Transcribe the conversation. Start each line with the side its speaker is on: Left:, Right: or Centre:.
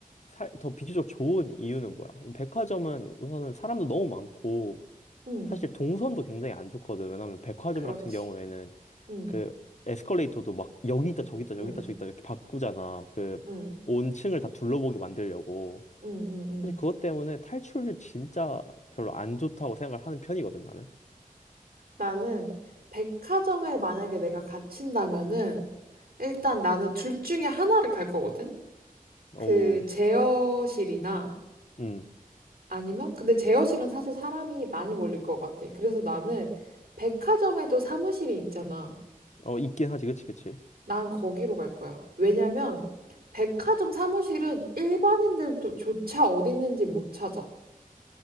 Left: 살, 더 비교적 좋은 이유는 뭐야? 백화점은 우선은 사람도 너무 많고,
Right: 응,
Left: 사실 동선도 굉장히 안 좋거든. 왜냐면 백화점
Right: 그렇지.
Left: 같은 경우에는
Right: 응,
Left: 그 에스컬레이터도 막 여기 있다, 저기 있다, 여기
Right: 응,
Left: 있다, 저기 있다 이렇게 바꾸잖아. 그
Right: 응,
Left: 온 층을 다 둘러보게 만들려고.
Right: 응, 응, 응.
Left: 사실 그것 때문에 탈출이 진짜 별로 안 좋다고 생각을 하는 편이거든, 나는.
Right: 나는 백화점에 만약에 내가 갇힌다면은 일단 나는 둘 중에 하나를 갈 거거든?
Left: 어,
Right: 그 제어실이나
Left: 음,
Right: 아니면 근데 제어실은 사실 사람이 많이 몰릴 것 같아. 그래서 나는 백화점에도 사무실이 있잖아.
Left: 어, 있긴 하지, 그치, 그치.
Right: 난 거기로 갈 거야. 왜냐면 백화점 사무실은 일반인들도 조차 어디 있는지 못 찾아.